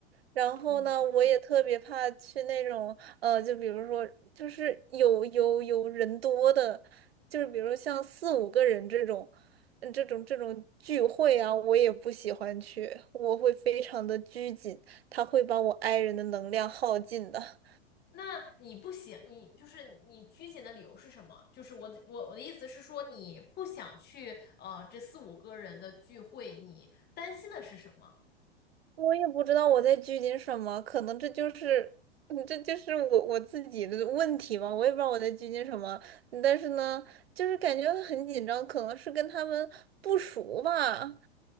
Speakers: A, on the right; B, on the left.
A: 然后呢，
B: 嗯，
A: 我也特别怕去那种，呃，就比如说，就是有有有人多的，就是比如像四五个人这种，嗯这种这种聚会啊，我也不喜欢去，我会非常的拘谨，它会把我 i 人的能量耗尽的。
B: 那你不想，你就是你拘谨的理由是什么？就是我我我的意思是说，你不想去呃这四五个人的聚会，你担心的是什么？
A: 我也不知道我在拘谨什么，可能这就是，嗯这就是我我自己的问题吧，我也不知道我在拘谨什么，但是呢，就是感觉很紧张，可能是跟他们不熟吧。